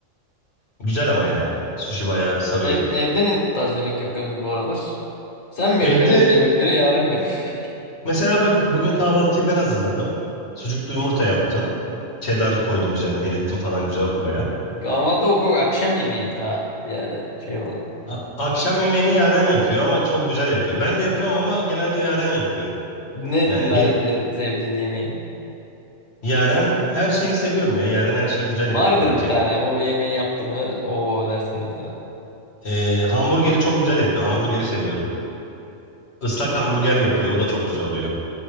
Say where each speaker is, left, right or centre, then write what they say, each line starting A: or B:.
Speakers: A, on the left; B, on the left.
A: Güzel ama yani. Sushi bayağı sarıyor.
B: Ev, evde ne tarz yemek yapıyorsunuz bu aralar? Sen mi
A: Evde
B: yapıyorsun evde yemekleri, Yaren mi yapıyor?
A: mesela bak bugün kahvaltıyı ben hazırladım. Sucuklu yumurta yaptım. Cheddar koydum üzerine erittim falan güzel oldu baya.
B: <laughs> Kahvaltı okul akşam yemeği daha ziyade şey olan.
A: A- Akşam yemeğini Yaren yapıyor ama çok güzel yapıyor. Ben de yapıyorum ama genelde Yaren yapıyor.
B: Ne
A: Yani
B: Yaren'in
A: ge-
B: sevdiğin yemeği?
A: Yaren her şeyini seviyorum ya. Yaren her şeyi güzel
B: Vardır
A: yapıyor bence.
B: bir tane. O yemeği yaptı mı? O dersin mesela.
A: Ee, hamburgeri çok güzel yapıyor. Hamburgeri seviyorum. Islak hamburger yapıyor. O da çok güzel oluyor